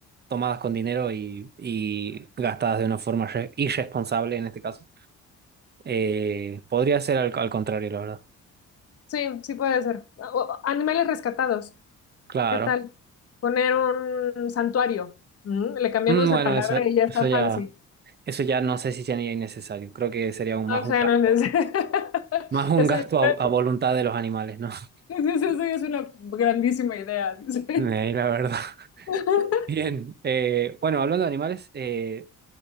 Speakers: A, on the right (about 35°); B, on the left (about 50°).
A: tomadas con dinero y, y gastadas de una forma re- irresponsable en este caso. Eh, podría ser al, al contrario, la verdad.
B: Sí, sí puede ser. O- o- Animales rescatados,
A: Claro.
B: ¿qué tal? Poner un santuario. ¿Mm? Le cambiamos
A: Mm,
B: de
A: Bueno,
B: palabra
A: eso,
B: y ya está
A: eso ya.
B: fancy.
A: Eso ya no sé si sería innecesario. Creo que sería un,
B: No,
A: más
B: O
A: un
B: sea,
A: gasto,
B: no es... <laughs>
A: más un
B: Eso
A: gasto
B: es una...
A: a, a voluntad de los animales, ¿no? <laughs>
B: <laughs> eso es una grandísima idea. dice.
A: Eh, la verdad. <laughs>
B: <laughs>
A: Bien. eh, bueno, hablando de animales, eh,